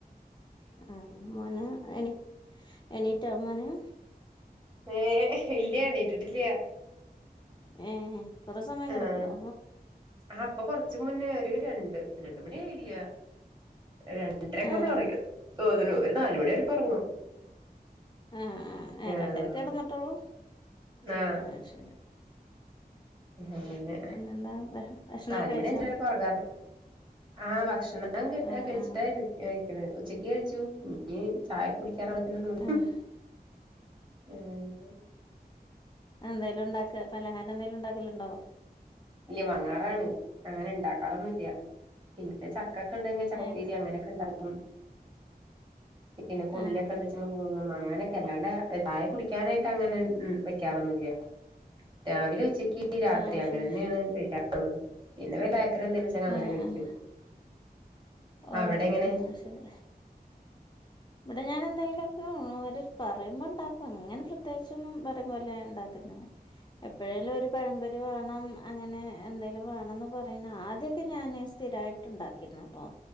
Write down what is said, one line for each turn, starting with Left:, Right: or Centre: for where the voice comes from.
Left: ആ മോന് എനി എനിട്ട മോശം
Right: ഏ ഇല്ലയണീട്ടിട്ടില്ല
Left: ഏ കുറെ സമയം കിടക്കോ
Right: ആഹ് ആ ഇപ്പൊ കൊറച്ച് മുന്നേ ഒരു രണ്ട് രണ്ട് മണിയായില്ല രണ്ടരക്കെ
Left: ഏഹ്
Right: നമ്മള ഒറങ്ങിക്ണ് തോന്ന്ണു ഒരു നാാലുമണി വരക്കെ ഒറങ്ങും
Left: ആ ആ ആ
Right: ആഹ്
Left: രണ്ടേരക്ക കെടന്നിട്ടുള്ളൂ
Right: ആഹ്
Left: ആ ശരി
Right: അങ്ങനെ
Left: പിന്നെന്താ ഭക്ഷണൊക്കെ
Right: നാലുമണിചാ
Left: കഴിച്ചോ
Right: ഒറങാറ് ആഹ ഭക്ഷണം
Left: ആഹ്
Right: കഴിച്ചിട്ടായി
Left: ആഹ്
Right: കഴിക്ക ഉച്ചക്ക് കഴിച്ചു നീ ചായ കുടി കേരളത്തിനന്ന വിളി
Left: ആഹ്
Right: ഉം
Left: എന്തോലും ഉണ്ടാക്ക പലഹാരം എന്തായാലും ഉണ്ടാക്കലുണ്ടോ
Right: ഇല്ല്യ വങ്ങാറാണ് അങ്ങനെ ഉണ്ടാക്കാറൊന്നുല്ല പിന്നെ ച ഇക്കക്കണ്ടെങ്കിൽ ചക്കപേരി
Left: ഏഹ്
Right: അങ്ങനൊക്കെ ഉണ്ടാവും പിന്നെ കൊള്ളിക്കെ
Left: ആഹ്
Right: ഉണ്ടെച്ചെങ്ക പുഴുങും മാ അങ്ങനെയൊക്കെ അല്ലാണ്ട് ചായ കുടിക്കാനായിട്ട് അങ്ങനെ ഉ വെക്കാറൊന്നില്ല രാവിലെ ഉച്ച രാത്രി
Left: ആഹ്
Right: അങ്ങനെ
Left: ശരി
Right: തന്നെയാണ് കഴിക്കാറുള്ളൂ പിന്നെ വില അന്ത വെച്ച അങ്ങനെ
Left: ആഹ്
Right: കഴിക്കും
Left: ആഹ് ഓഹ്
Right: അവിടെ എങ്ങനെ
Left: ആഹ് ശരി ഇവിടെ ഞാൻ എന്തെങ്കിലുക്കെ ഓര് പറയുമ്പോ ഉണ്ടാക്കും ഇങ്ങനെ പ്രത്യേകിച്ച ഒന്നും പറയ പോലെ ഉണ്ടാക്ക ആ <unintelligible> എപ്പോഴേലും ഒരു പഴമ്പൊരി വേണം അങ്ങനെ എന്തേലിലും വേണംന്ന് പറയണ ആദ്യൊക്കെ ഞാന് സ്ഥിരായിട്ട ഉണ്ടാക്കിരുന്നു കേട്ടോ